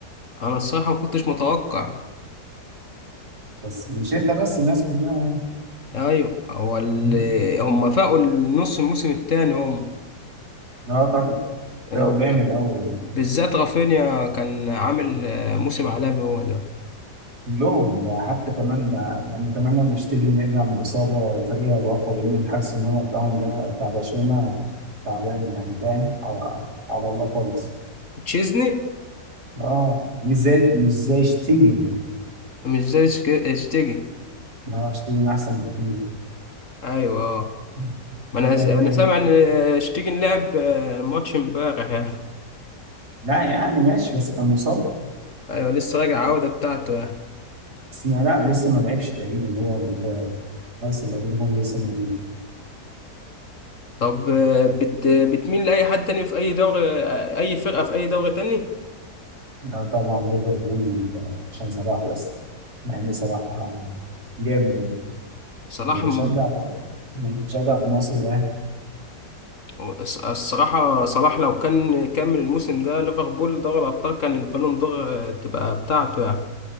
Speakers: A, on the left; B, on the right.
A: انا الصراحه ما كنتش متوقع
B: بس مش انت بس الناس كلها يعني
A: ايوه هو ال-
B: مم.
A: هم فاقوا النص الموسم الثاني هم
B: لا طبعا
A: آه،
B: بقوا
A: ب-
B: جامد قوي
A: بالذات رافينيا كان عامل آه، موسم عالمي هو ده
B: كلهم حتى كمان ده لما كمان لما اشتيجن يرجع من الإصابة الفريق هيبقى أقوى لأن الحارس المرمى بتاعهم ده بتاع برشلونة تعبان يعني فاهم على, على الله خالص
A: تشيزني
B: اه مش زي مش زي اشتيجن يعني
A: مش زي شك- اشتيجي
B: اه اشتيجن أحسن بكتير
A: ايوه اه
B: مم.
A: ما انا
B: انت إيه؟
A: انا سامع ان اشتيجي لعب آه، ماتش امبارح يعني
B: لا يعني ماشي بس كان مصاب
A: ايوه لسه راجع عودة بتاعته يعني
B: بس ما لا لسه ما لعبش تقريبا هو ال- الحارس القديم هو اللي لسه موجود
A: طب آه، بت... بتميل لاي حد تاني في اي دوري آه، اي فرقة في اي دوري تاني
B: آه، طبعا ليفربول آه، عشان صلاح بس مع ان صلاح آه، جامد يعني
A: صلاح
B: بشجع
A: م-
B: في يعني بشجع في مصر الاهلي
A: الص- الصراحة صلاح لو كان كمل الموسم ده ليفربول دوري الابطال كان البالون دور آه، تبقى بتاعته يعني